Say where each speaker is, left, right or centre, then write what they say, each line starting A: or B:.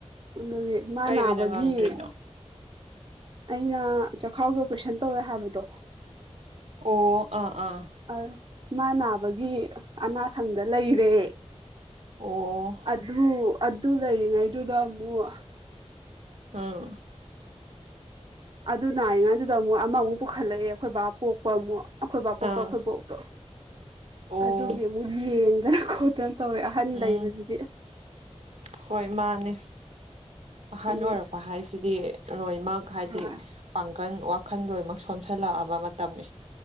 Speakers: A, on the right; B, on the right.
A: ꯑꯗꯨꯒꯤ ꯃꯥ
B: ꯀꯩ
A: ꯅꯥꯕꯒꯤ
B: ꯑꯣꯏꯅ ꯉꯝꯗ꯭ꯔꯤꯅꯣ
A: ꯑꯩꯅ ꯆꯈꯥꯎꯒꯤ ꯑꯣꯄ꯭ꯔꯦꯁꯟ ꯇꯧꯋꯦ ꯍꯥꯏꯕꯗꯣ
B: ꯑꯣ ꯑꯥ ꯑꯥ
A: ꯑ ꯃꯥ ꯅꯥꯕꯒꯤ ꯑꯅꯥꯁꯪꯗ ꯂꯩꯔꯦ
B: ꯑꯣ
A: ꯑꯗꯨ ꯑꯗꯨ ꯂꯩꯔꯤꯉꯩꯗꯨꯗ ꯑꯃꯨꯛ
B: ꯑꯝ
A: ꯑꯗꯨ ꯅꯥꯔꯤꯉꯩꯗꯨꯗ ꯑꯃꯨꯛ ꯑꯃꯃꯨꯛ ꯄꯨꯈꯠꯂꯛꯑꯦ ꯑꯈꯣꯏ ꯕꯥ ꯄꯣꯛꯄ ꯑꯃꯨꯛ ꯑꯈꯣꯏ ꯕꯥ ꯄꯣꯛꯄ
B: ꯑꯥ
A: ꯑꯈꯣꯏ ꯕ‌ꯣꯛ
B: ꯑꯣ
A: ꯑꯗꯨꯒꯤ ꯑꯃꯨꯛ ꯌꯦꯡꯗꯅ ꯈꯣꯠꯇꯅ ꯇꯧꯔꯦ ꯑꯍꯟ
B: ꯎꯝ
A: ꯂꯩꯕꯁꯤꯗꯤ
B: ꯍꯣꯏ ꯃꯥꯟꯅꯦ ꯑꯍꯟ
A: ꯑꯗꯩ
B: ꯑꯣꯏꯔꯛꯄ ꯍꯥꯏꯁꯤꯗꯤ ꯂꯣꯏꯃꯛ ꯍꯥꯏꯗꯤ
A: ꯍꯣꯏ
B: ꯄꯥꯡꯒꯟ ꯋꯥꯈꯟ ꯂꯣꯏꯃꯛ ꯁꯣꯟꯁꯜꯂꯛꯑꯕ ꯃꯇꯝꯅꯤ